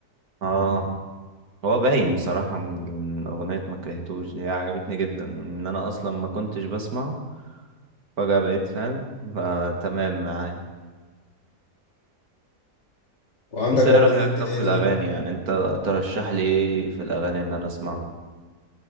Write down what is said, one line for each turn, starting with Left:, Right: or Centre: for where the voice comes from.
Right: اه هو باين بصراحة من أغنية ما كرهتوش دي عجبتني جدا إن أنا أصلا ما كنتش بسمع فجأة بقيت فاهم فتمام معايا
Left: وعندك
Right: أنت
Left: برضو
Right: إيه رأيك
Left: مين
Right: طب
Left: تاني
Right: في الأغاني يعني أنت ترشح لي إيه في الأغاني إن أنا أسمعه